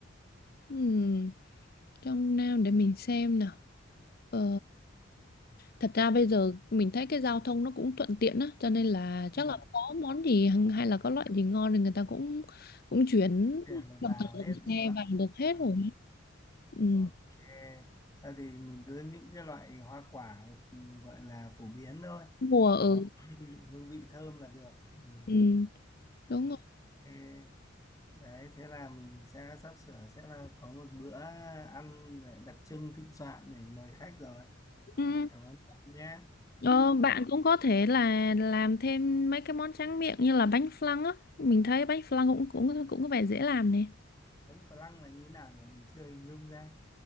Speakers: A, on the left; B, on the left.
A: Ừm, trong Nam để mình xem nào. Ờ, thật ra bây giờ mình thấy cái giao thông nó cũng thuận tiện á, cho nên là
B: ừ,
A: chắc là có món gì hằng- hay là có loại gì ngon thì người ta cũng cũng chuyển
B: tuyển được
A: bằng
B: vào
A: tàu dòng
B: hết đúng
A: xe
B: không
A: vào được hết
B: à,
A: rồi. Ừm,
B: ok thôi thì mình cứ những cái loại hoa quả ừ, gọi là phổ biến thôi
A: mùa
B: mà
A: ở
B: nó hương vị thơm là được ừ.
A: ừ, đúng
B: ok đấy thế là mình sẽ sắp sửa sẽ là có một bữa ăn để đặc trưng thịnh soạn để mời khách rồi
A: rồi.
B: cảm ơn bạn nhé
A: Ờ,
B: à,
A: bạn cũng có thể là làm thêm mấy cái món tráng miệng như là bánh flan á. Mình thấy bánh flan cũng cũng cũng có vẻ dễ làm nè.
B: bánh phở lăng là như thế nào nhỉ mình chưa hình dung ra